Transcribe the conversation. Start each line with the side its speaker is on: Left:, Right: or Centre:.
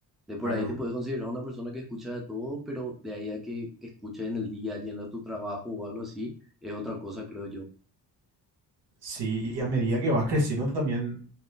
Centre: De por
Right: claro.
Centre: ahí te puedes considerar una persona que escucha de todo, pero de ahí a que escuches en el día, yendo a tu trabajo o algo así, es otra cosa, creo yo.
Right: Sí, y a medida que vas creciendo también